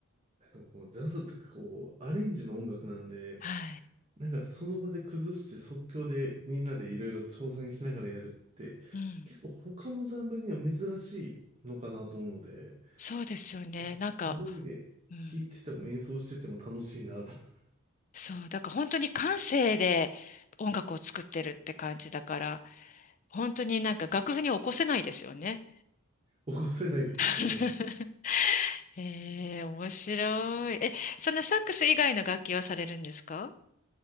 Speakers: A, on the right; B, on the left.
A: のこのジャズってこう、アレンジの音楽なんで、
B: はい。
A: なんかその場で崩して即興でみんなでいろいろ挑戦しながらやるって結構他のジャンルには珍しいのかなと思うので、
B: うん。そうですよね。
A: いや、
B: なんか、
A: その意味で聴いてても演奏してても楽しいなと
B: うん、
A: <laughs>
B: そう、だから本当に感性で音楽を作ってるって感じだから、本当になんか楽譜に起こせないですよね。
A: 起こせないですね。
B: <laughs> ええ面白い。え、そのサックス以外の楽器はされるんですか